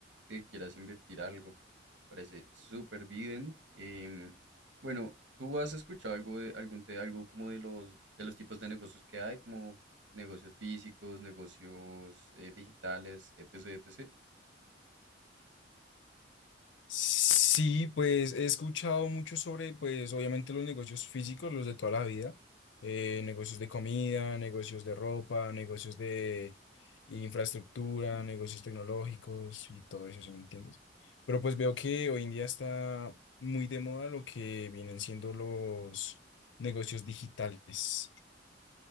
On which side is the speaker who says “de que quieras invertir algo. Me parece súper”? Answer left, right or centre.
Right